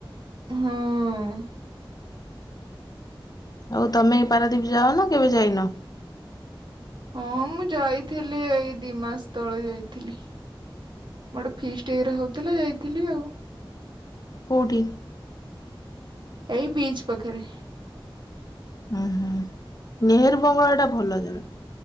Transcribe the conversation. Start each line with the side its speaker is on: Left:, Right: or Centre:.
Right: ହଁ।
Left: ଆଉ ତମେ ପାରାଦୀପ ଯାଅନ କେବେ ଯାଇନ?
Right: ହଁ ମୁଁ ଯାଇଥିଲି ଏଇ ଦିଇ ମାସେ ତଳେ ଯାଇଥିଲି। ମୋ ଗୋଟେ ଫିଷ୍ଟି ଇଏରେ ହୋଉଥିଲା ଯାଇଥିଲି ଆଉ।
Left: କୋଉଠି?
Right: ଏଇ ବିଚ୍ ପାଖରେ।
Left: ହୁଁ ହୁଁ ନେହେରୁ ବଙ୍ଗଳା ଟା ଭଲ ଜାଗା।